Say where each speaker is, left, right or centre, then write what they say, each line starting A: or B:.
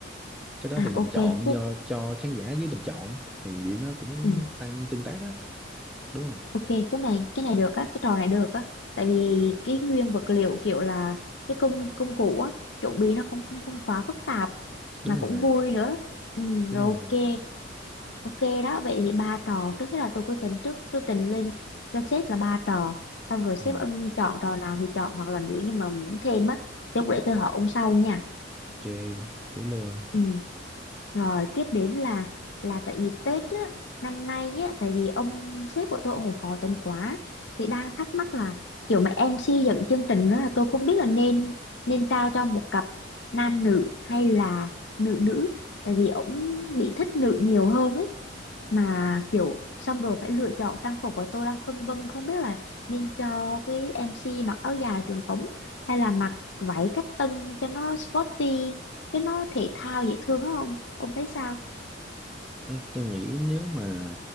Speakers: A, in the centre; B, on the left (about 75°).
A: cái đó
B: à
A: thì bình
B: ok
A: chọn
B: cái
A: do cho khán giả dưới bình chọn thì vậy nó cũng
B: ừ,
A: tăng tương tác á đúng không
B: ok cái này cái này được á cái trò này được á tại vì
A: Ừ.
B: cái nguyên vật liệu kiểu là cái công công cụ á chuẩn bị nó không không không quá phức tạp
A: đúng
B: mà
A: rồi
B: cũng vui nữa ừ,
A: đúng
B: rồi
A: rồi
B: ok Ok đó, vậy thì ba trò, trước hết là tôi cứ tính trước tôi trình lên cho sếp là ba trò, xong rồi sếp
A: ừ,
B: ưng chọn trò nào thì chọn hoặc là nếu như mà muốn thêm á, thì lúc để tôi hỏi ông sau nha.
A: ok để luôn
B: Ừ. Rồi tiếp đến là là tại vì Tết á, năm nay á, tại vì ông sếp của tôi ông cũng khó tính quá thì đang thắc mắc là kiểu mà MC dẫn chương trình đó là tôi không biết là nên nên trao cho một cặp nam nữ hay là nữ nữ tại vì ông bị thích nữ nhiều hơn ấy mà kiểu xong rồi phải lựa chọn trang phục của tôi đang phân vân không biết là nên cho cái MC mặc áo dài truyền thống hay là mặc váy cách tân cho nó sporty cái nó thể thao dễ thương á ông ông thấy sao
A: Đấy, tôi nghĩ nếu mà